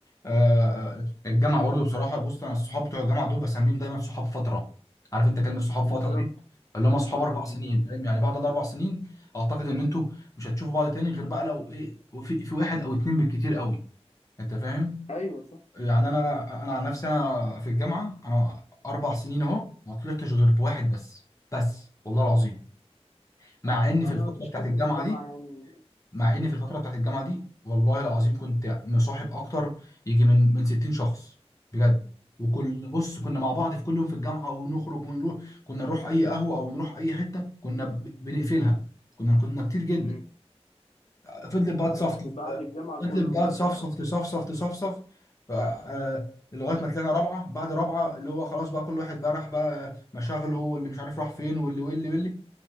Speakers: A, on the left; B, on the left.
A: آه، الجامعه برضو بصراحه بص انا الصحاب بتوع الجامعه دول بسميهم دايما صحاب فتره عارف انت كلمه صحاب
B: بالظبط
A: فتره دي اللي هم صحاب
B: امم
A: اربع
B: بالظبط
A: سنين فاهم يعني بعد الاربع سنين اعتقد ان انتوا مش هتشوفوا بعض تاني غير بقى لو ايه في, في واحد او اتنين بالكتير قوي انت فاهم
B: ايوه صح
A: يعني
B: صح
A: انا انا عن نفسي انا في الجامعه انا اربع سنين اهو ما طلعتش غير بواحد بس بس والله العظيم مع ان
B: انا
A: في الفتره
B: ما فيش
A: بتاعت
B: حد
A: الجامعه
B: من الجامعة
A: دي
B: يعني
A: مع ان
B: امم
A: في الفتره بتاعت الجامعه دي والله العظيم كنت مصاحب اكتر يجي من من 60 شخص بجد وكل
B: امم
A: بص كنا مع بعض في كل يوم في الجامعه ونخرج ونروح كنا نروح اي قهوه او نروح اي حته كنا ب- بنقفلها كنا كنا كتير جدا
B: امم
A: فضلت بقى تصفصف
B: بس بعد الجامعة
A: فضلت
B: كله
A: بقى
B: اتفرق
A: تصفصف تصفصف تصفصف ف- آه، لغايه ما طلعنا رابعه بعد رابعه اللي هو خلاص بقى كل واحد بقى راح بقى مشاغله واللي مش عارف راح فين واللي واللي واللي